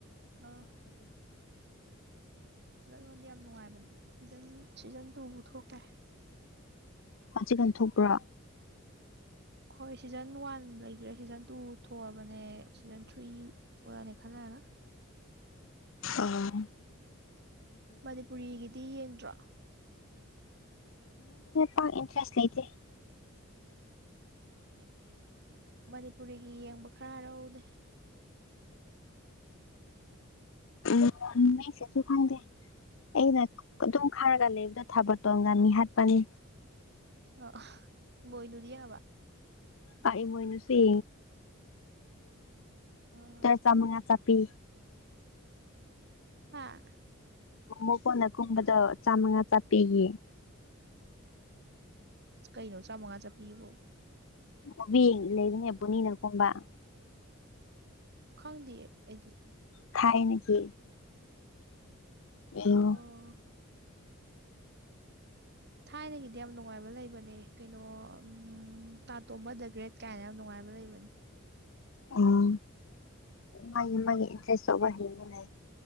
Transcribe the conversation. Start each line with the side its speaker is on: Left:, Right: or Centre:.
Right: ꯑꯥ ꯂꯥꯂꯣꯟꯣꯟꯗ ꯌꯥꯝ ꯅꯨꯡꯉꯥꯏꯕꯅꯦ ꯁꯤꯖꯟ-ꯁꯤꯖꯟ ꯇꯨꯕꯨ ꯊꯣꯛꯈ꯭ꯔꯦ
Left: ꯀꯥꯆꯤꯀꯥꯟ ꯊꯣꯛꯄ꯭ꯔꯥ
Right: ꯍꯣꯏ ꯁꯤꯖꯟ ꯋꯥꯟ ꯂꯩꯒ꯭ꯔꯦ ꯁꯤꯖꯟ ꯇꯨ ꯊꯣꯛꯑꯕꯅꯦ ꯁꯤꯖꯟ ꯊ꯭ꯔꯤ ꯊꯣꯛꯑꯅꯤ ꯈꯔ ꯂꯩꯔꯥꯒ
Left: ꯑꯥ
Right: ꯃꯅꯤꯄꯨꯔꯤꯒꯤꯗꯤ ꯌꯦꯡꯗ꯭ꯔꯣ
Left: ꯍ ꯏꯟꯇꯔꯦꯁ ꯂꯩꯗꯦ
Right: ꯃꯅꯤꯄꯨꯔꯤꯒꯤ ꯌꯦꯡꯕ ꯈꯔꯔꯎꯗꯦ
Left: ꯎ ꯃꯁꯦꯁꯨ ꯐꯥꯡꯪꯗꯦ ꯑꯩꯅ ꯑꯗꯨꯝ ꯈꯥꯔꯒ ꯂꯩꯕꯗꯣ ꯊꯥꯕꯇꯣꯟꯒ ꯃꯤ ꯍꯥꯠꯄꯅꯤ
Right: ꯑ ꯏꯃꯣꯏꯅꯨꯗꯤ ꯌꯦꯡꯉꯕ
Left: ꯇꯥꯏ ꯃꯣꯏꯅꯨꯁꯤ
Right: ꯑꯥ
Left: ꯇꯔ ꯆꯃꯉ ꯆ ꯄꯤ
Right: ꯑꯥ
Left: ꯃꯨ ꯀꯣꯟꯅ ꯀꯨꯝꯕꯗ ꯆꯥꯝꯃꯉꯥ ꯆꯥꯄꯤꯈꯤ
Right: ꯀꯩꯅꯣ ꯆꯥꯃꯉꯥ ꯆꯠꯄꯤꯕꯣ
Left: ꯃꯨꯕꯤ ꯂꯩꯕꯅꯦ ꯕꯨꯅꯤꯅꯀꯨꯝꯕ
Right: ꯈꯪꯗꯤꯌꯦ ꯑꯩꯗꯤ
Left: ꯊꯥꯏꯅꯒꯤ ꯌꯦꯡꯉꯣ
Right: ꯑꯣ ꯊꯥꯏꯅꯒꯤꯗꯤ ꯌꯥꯝ ꯅꯨꯡꯉꯥꯏꯕ ꯂꯩꯕꯅꯦ ꯀꯩꯅꯣ ꯎꯝ ꯇꯥꯇꯣꯝꯕ ꯗꯥ ꯒ꯭ꯔꯦꯠ ꯀꯥꯏꯅ ꯌꯥꯝ ꯅꯨꯡꯉꯥꯏꯕ ꯂꯩꯕꯅꯦ
Left: ꯎꯝ ꯃꯥꯒꯤ-ꯃꯥꯒꯤ ꯏꯟꯇ꯭ꯔꯦꯁ ꯇꯧꯕ ꯍꯦꯟꯕ ꯂꯩ